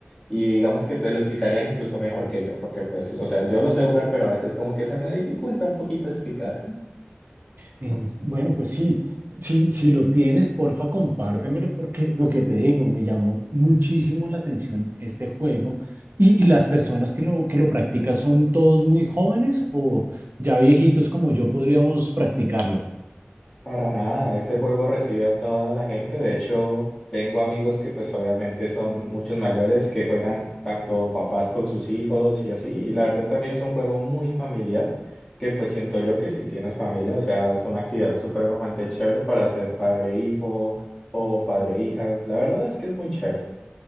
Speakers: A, on the left; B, on the right.
A: Y digamos que te lo explicarían incluso mejor que yo, porque pues, o sea, yo lo sé jugar, pero a veces como que se me dificulta un poquito explicar.
B: Es- bueno, pues sí, si, si lo tienes, porfa, compártemelo porque lo que te digo, me llamó muchísimo la atención este juego. ¿Y, y las personas que lo, que lo practican son todos muy jóvenes o ya viejitos como yo podríamos practicarlo?
A: Para nada, este juego recibe a toda la gente. De hecho, tengo amigos que pues obviamente son muchos mayores que juegan tanto papás con sus hijos y así. Y la verdad también es un juego muy familiar que pues siento yo que si tienes familia, o sea, es una actividad supremamente chévere para ser padre-hijo o padre-hija. La verdad es que es muy chévere.